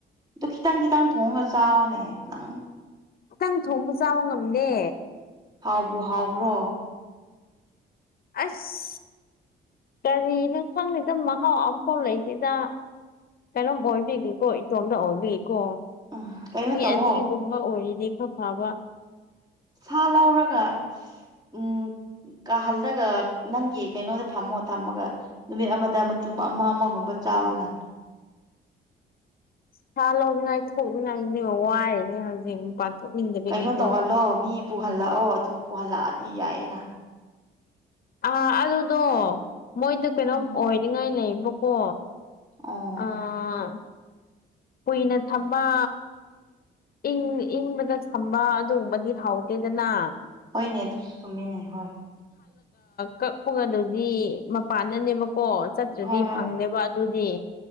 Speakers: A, on the right (about 20°); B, on the left (about 50°).
A: ꯑꯗꯨ ꯈꯤꯇꯪ ꯈꯤꯇꯪ ꯊꯣꯡꯉꯒ ꯆ ꯆꯥꯎꯔꯅꯦ ꯅꯪ
B: ꯈꯤꯇꯪ ꯊꯣꯡꯕ ꯆꯥꯕ ꯉꯝꯗꯦ
A: ꯍꯥꯎꯕ ꯍꯥꯎꯕ꯭ꯔꯣ
B: ꯑꯁ ꯀꯔꯤ ꯅꯨꯡꯁꯪꯅꯤꯗ ꯃꯍꯥꯎ ꯑꯝꯐꯥꯎ ꯂꯩꯗꯦꯗ ꯀꯩꯅꯣꯝ ꯑꯣꯕꯤꯒꯦꯀꯣ ꯏꯇꯣꯝꯗ ꯑꯣꯕꯤ ꯀꯣ
A: ꯎꯝ ꯀꯩꯅꯣ
B: ꯃꯤ
A: ꯇꯧꯋꯣ
B: ꯑꯅꯤꯒꯨꯝꯕ ꯑꯣꯏꯔꯤꯅꯤ ꯈꯔ ꯐꯥꯕ
A: ꯁꯥ ꯂꯧꯔꯒ ꯎꯝ ꯀꯥꯍꯜꯂꯒ ꯅꯪꯒꯤ ꯀꯩꯅꯣꯗ ꯊꯝꯃꯣ ꯊꯝꯃꯒ ꯅꯨꯃꯤꯠ ꯑꯃꯗ ꯃꯇꯨꯡ ꯑꯃ ꯑꯃꯒꯨꯝꯕ ꯆꯥꯎꯋꯅ
B: ꯁꯥ ꯂꯧꯅꯤꯉꯥꯏ ꯊꯣꯛꯅꯤꯡꯉꯥꯏꯅꯦ ꯋꯥꯏꯔꯅꯦ ꯍꯧꯖꯤꯛ ꯊꯣꯛꯅꯤꯡꯗꯕꯒꯤꯀꯣ
A: ꯀꯩꯅꯣ ꯇꯧꯍꯜꯂꯣ ꯃꯤ ꯄꯨꯍꯜꯂꯛꯑꯣ ꯑꯗꯨ ꯄꯨꯍꯜꯂꯛꯑꯗꯤ ꯌꯥꯏꯌꯦꯅ
B: ꯑꯥ ꯑꯗꯨꯗꯣ ꯃꯣꯏꯗ ꯀꯩꯅꯣꯝ
A: ꯎꯝ
B: ꯑꯣꯏꯅꯤꯡꯉꯥꯏ ꯂꯩꯕꯀꯣ
A: ꯑꯣ
B: ꯑꯥ ꯀꯨꯏꯅ ꯊꯝꯕ ꯏꯪ ꯏꯪꯕꯗ ꯁꯝꯕ ꯑꯗꯨꯒꯨꯝꯕꯗꯤ ꯍꯥꯎꯗꯦꯗꯅ
A: ꯍꯅꯦ ꯇꯨꯁꯨ ꯆꯃꯤꯃꯦꯅꯦ ꯍ
B: ꯀꯛꯄꯒ ꯑꯗꯨꯗꯤ ꯃꯄꯥꯟꯅꯅꯦꯕ ꯀꯣ ꯆꯠꯇ꯭ꯔꯗꯤ
A: ꯍꯣꯏ ꯍꯣꯏ
B: ꯐꯪꯗꯦꯕ ꯑꯗꯨꯗꯤ